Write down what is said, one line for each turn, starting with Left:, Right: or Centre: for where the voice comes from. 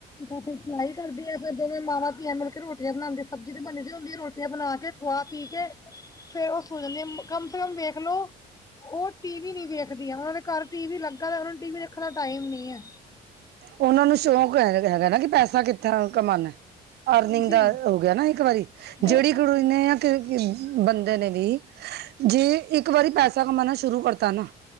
Left: ਜਾਂ ਫਿਰ ਸਿਲਾਈ ਕਰਦੇ ਆ ਫੇਰ ਦੋਵੇਂ ਮਾਵਾਂ ਧੀਆਂ ਮਿਲ ਕੇ ਰੋਟੀਆਂ ਬਣਾਉਂਦੇ ਸਬਜ਼ੀ ਤੇ ਬਣੀ ਹੁੰਦੀ ਏ ਰੋਟੀਆਂ ਬਣਾ ਕੇ ਖਾ ਪੀ ਕੇ ਫਿਰ ਉਹ ਸੋ ਜਾਂਦੀਆਂ ਕਮ ਸੇ ਕਮ ਵੇਖਲੋ ਉਹ ਟੀ ਵੀ ਨੀ ਦੇਖਦੀਆਂ ਉਹਨਾ ਦੇ ਘਰ ਟੀ ਵੀ ਲੱਗਾ ਤਾਂ ਹੈ ਉਹਨਾ ਨੂੰ ਟੀ ਵੀ ਦੇਖਣ ਦਾ ਟਾਈਮ ਨਹੀਂ ਹੈ
Right: ਓਨਾਂ ਨੂੰ ਸ਼ੌਂਕ ਹੈਗਾ, ਹੈਗਾ ਨਾ ਕਿ ਪੈਸਾ ਕਿੱਦਾਂ ਕਮਾਨੈ। ਅਰਨਿੰਗ
Left: ਹਾਂਜੀ
Right: ਦਾ ਹੋ ਗੇਆ ਨਾ ਇੱਕ ਵਾਰੀ,
Left: ਬਿਲਕੁਲ
Right: ਜੇੜੀ ਕੁੜੀ
Left: ਬਿਲਕੁਲ
Right: ਨੇ ਆਕੇ ਬੰਦੇ ਨੇ ਦੀ, ਜੇ ਇੱਕ ਵਾਰੀ ਪੈਸਾ ਕਮਾਨਾ ਸ਼ੁਰੂ ਕਰਤਾ ਨਾ